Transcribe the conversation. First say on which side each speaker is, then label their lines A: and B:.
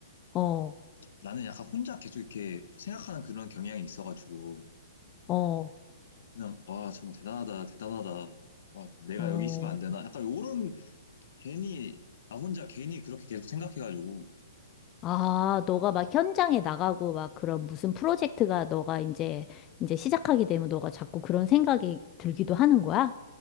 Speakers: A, on the left; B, on the left.
A: 어,
B: 나는 약간 혼자 계속 이렇게 생각하는 그런 경향이 있어가지고
A: 어,
B: 그냥 와 정말 대단하다 대단하다 와 내가
A: 어.
B: 여기 있으면 안 되나 약간 요런 괜히 나 혼자 괜히 그렇게 계속 생각해가지고
A: 아, 너가 막 현장에 나가고 막 그런 무슨 프로젝트가 너가 이제 이제 시작하게 되면 너가 자꾸 그런 생각이 들기도 하는 거야?